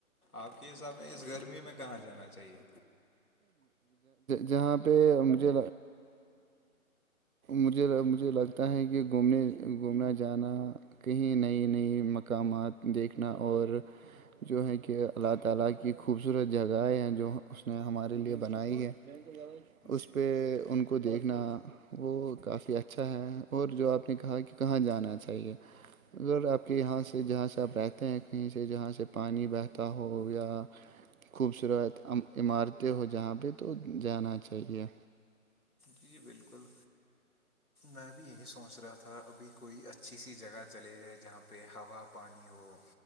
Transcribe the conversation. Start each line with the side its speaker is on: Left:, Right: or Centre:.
Left: آپ کے حساب میں اس گھر گرمی میں کہاں جانا چاہیے
Right: جہاں پہ مجھے مجھے مجھے لگتا ہے کہ گھومنے گھومنا جانا کہیں نئی نئی مقامات دیکھنا اور جو ہے کہ اللہ تعالی کی خوبصورت جگہیں ہیں جو اس نے ہمارے لیے بنائی ہے
Left: جی
Right: اس پہ
Left: بالکل
Right: ان کو کو دیکھنا وہ کافی اچھا ہے اور جو آپ نے کہا کہ کہاں جانا چاہیے اگر آپ کے یہاں سے جہاں سے آپ رہتے ہیں کہیں سے جہاں سے پانی بہتا ہو یا خوبصورت عمارتیں ہوں جہاں پہ تو جانا چاہیے
Left: جی جی بالکل میں بھی یہی سوچ رہا تھا ابھی کوئی اچھی سی جگہ چلے جائے جہاں پہ ہوا پانی ہو